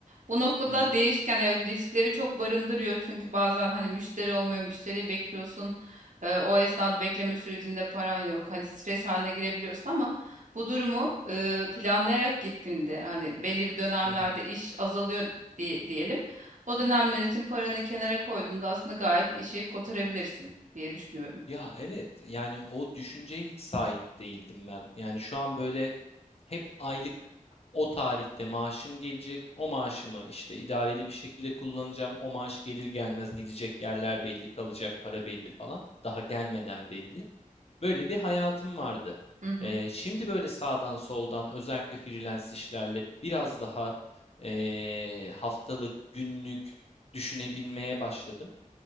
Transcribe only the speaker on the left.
Hı hı,
hı hı.
Ya evet yani o düşünceye hiç sahip değildim ben. Yani şu an böyle hep aylık o tarihte maaşım gelecek. O maaşımı işte idareli bir şekilde kullanacağım. O maaş gelir gelmez gidecek yerler belli, kalacak para belli falan. Daha gelmeden belli. Böyle bir hayatım vardı.
Ee, şimdi böyle sağdan soldan özellikle freelance işlerle biraz daha ee, haftalık, günlük düşünebilmeye başladım.